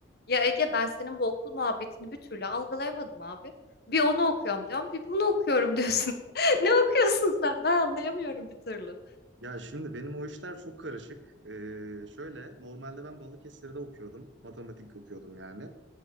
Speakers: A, on the left (about 55°); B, on the right (about 75°).
A: Ya Ege ben senin bu okul muhabbetini bir türlü algılayamadım abi. Bir onu okuyorum diyorum, bir bunu okuyorum diyorsun. <laughs> Ne okuyorsun sen? Ben anlayamıyorum bir türlü.
B: Ya şimdi benim o işler çok karışık. Ee, şöyle normalde ben Balıkesir'de okuyordum. Matematik okuyordum yani.